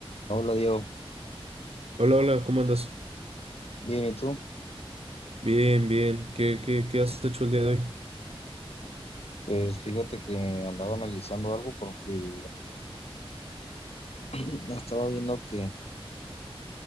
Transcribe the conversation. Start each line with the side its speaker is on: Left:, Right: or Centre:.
Left: Hola Diego,
Right: Hola, hola, ¿cómo andas?
Left: bien, ¿y tú?
Right: Bien, bien. ¿Qué, qué, qué has hecho el día de hoy?
Left: Pues fíjate que andaba analizando algo porque <clears throat> estaba viendo que